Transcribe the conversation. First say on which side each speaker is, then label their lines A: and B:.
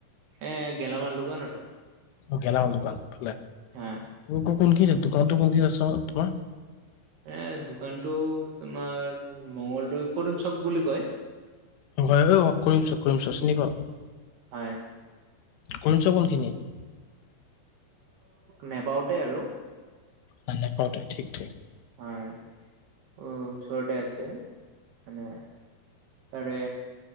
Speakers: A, on the right; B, on the left.
A: এই, গেলামাল দোকান আৰু।
B: অ, গেলামৰ দোকান ভালে। অ,
A: হয়
B: কোন-কোন দি, দোকানটো কোনখিনিত আছে তোমাৰ?
A: এ, দোকানটো তোমাৰ মঙলদৈ কৈৰণ, চক বুলি কয়।
B: হয় অ, কৰিমচো, কৰিম‌চো, চিনি‌ পাওঁ।
A: হয়।
B: কলেজৰ কোনখিনিত
A: <inaudible> নেপাওতে আৰু।
B: আ, নেপাওঁতে ঠিক ঠিক।
A: হয়, অ' ওচৰতে আছে মানে তাৰে